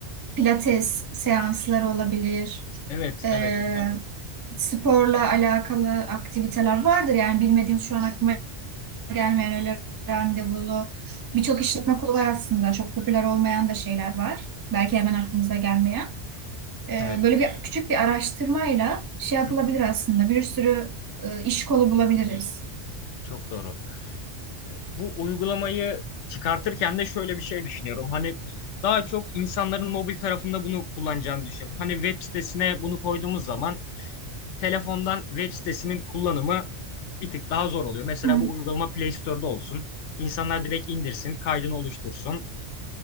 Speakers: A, on the right; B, on the left.
A: pilates seansları olabilir.
B: Evet,
A: E,
B: evet onlar da olur.
A: sporla alakalı aktiviteler vardır yani bilmediğim şu an aklıma
B: Hı hı.
A: gelmeyen öyle randevulu birçok işletme kolu var aslında çok popüler olmayan da şeyler var. Belki hemen aklınıza gelmeyen. E,
B: Evet.
A: böyle bir küçük bir araştırmayla şey yapılabilir
B: Hı hı.
A: aslında. Bir sürü e, iş kolu bulabiliriz.
B: Çok doğru. E, Bu uygulamayı çıkartırken de şöyle bir şey düşünüyorum. Hani daha çok insanların mobil tarafında bunu kullanacağını düşünüyorum. Hani web sitesine bunu koyduğumuz zaman telefondan web sitesinin kullanımı bir tık daha zor oluyor. Mesela
A: Hı
B: bu uygulama Play Store'da olsun. İnsanlar direkt indirsin, kaydını oluştursun.